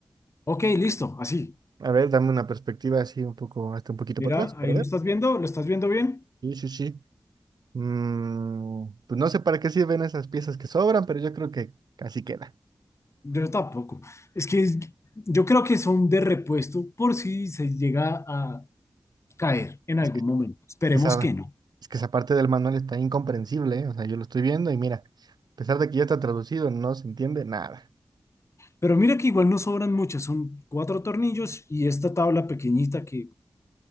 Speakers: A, on the left (about 45°); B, on the right (about 85°).
A: Ok, listo, así.
B: A ver, dame una perspectiva así un poco, hasta un poquito
A: Mira,
B: para atrás, para
A: ahí
B: ver.
A: lo estás viendo, ¿lo estás viendo bien?
B: Sí, sí, sí. Mm, pues no sé para qué sirven esas piezas que sobran, pero yo creo que así queda.
A: Yo tampoco. Es que es- yo creo que son de repuesto por si se llega a caer en algún
B: Es que,
A: momento. Esperemos
B: que esa,
A: que no.
B: es que esa parte del manual está incomprensible, ¿eh? O sea, yo lo estoy viendo y mira, a pesar de que ya está traducido, no se entiende nada.
A: Pero mira que igual no sobran muchas, son cuatro tornillos y esta tabla pequeñita que